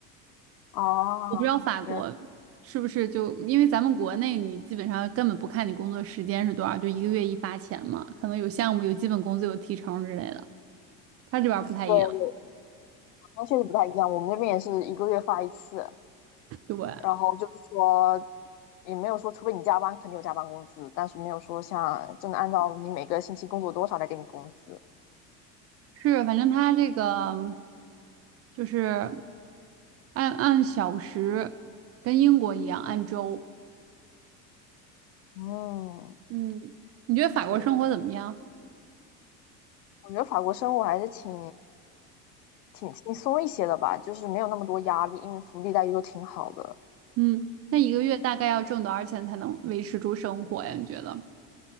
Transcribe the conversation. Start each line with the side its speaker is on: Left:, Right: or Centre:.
Left: 哦。
Right: 我不知道法国是不是就因为咱们国内你基本上根本不看你工作时间是多少，
Left: 原
Right: 就一个月一发钱嘛，可能有项目有基本工资有提成之类的，他这边儿不太一样，
Left: 对，那确实不太一样，我们那边也是一个月发一次，
Right: 对。
Left: 然后就是说也没有说，除非你加班，肯定有加班工资，但是没有说像真的按照你每个星期工作多少来给你工资。
Right: 是，反正他这个就是按按小时，跟英国一样按周。
Left: 嗯，
Right: 嗯，你觉得法国生活怎么样？
Left: 对，我觉得法国生活还是挺挺轻松一些的吧，就是没有那么多压力，因为福利待遇都挺好的。
Right: 嗯，那一个月大概要挣多少钱才能维持住生活呀？你觉得？